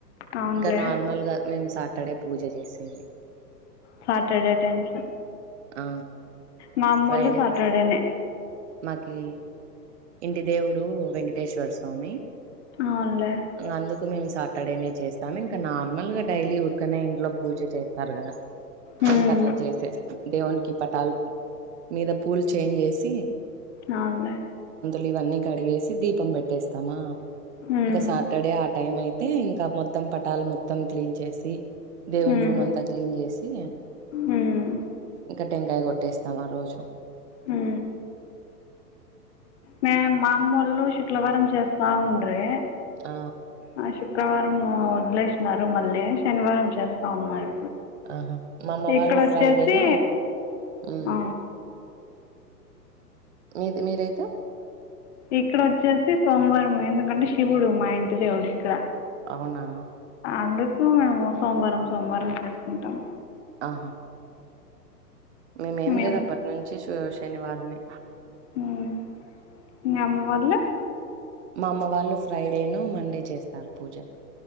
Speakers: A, on the left; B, on the right.
A: అవునులే
B: ఇంకా నార్మల్గా మేము సాటర్డే పూజ చేసేది
A: సాటర్డే టైమ్స్మ్
B: ఆ
A: మా అమ్మళ్ళ
B: ఫ్రైడే
A: సాటర్డేనే
B: మాకి ఇంటి దేవుడు వెంకటేశ్వర స్వామి
A: అవునులే
B: అందుకు మేము సాటర్డేనే చేస్తాము ఇంకా నార్మల్ గా డైలీ ఊరికనే ఇంట్లో పూజ చేస్తారు కదా
A: మ్మ్.
B: ఇంకా అట్లా చేసేస్తాం దేవునికి పటాలు మీద పూలు చేంజ్ చేసి
A: అవునులేే
B: నీవన్ని కడిగేసి దీపం పెట్టేస్తామా
A: మ్మ్.
B: ఇంక ఇంటర్డే టైం అయితే ఇంకా మొత్తం పటాలు మొత్తం క్లీన్ చేసి దేవున్
A: మ్మ్.
B: రూమ్ అంతా క్లీన్ చేసి
A: మ్మ్.
B: ఇంకా టెంకాయ కొట్టేస్తాం ఆ రోజు
A: ఆ మే మామూళ్ళ శుక్లవారం చేస్తా ఉండ్రి
B: ఆ
A: ఆ శుక్రవారం వదిలేసినారు మళ్ళీ శనివారం చేస్తా ఉన్నారు.
B: ఆహా! మా అమ్మ వాళ్ళు
A: ఇక్కడ వచ్చేసి
B: ఫ్రైడేను హ్మ్.
A: ఆ
B: మీది మీరైతే?
A: ఇక్కడోచ్చేసి సోమవారం ఎందుకంటే శివుడు మా ఇంటి దేవుడు ఇక్కడ
B: అవునా!
A: అందుకు మేము సోమవారం సోమవారం చేసుకుంటాం
B: ఆహా నేనేం
A: మీ
B: లేదు
A: అమ్మ
B: అప్పటి నించి శు శనివారమే
A: ఉమ్. మీ అమ్మ వాళ్లు
B: మా అమ్మ వాళ్ళు ఫ్రైడేనో మండే చేస్తారు పూజ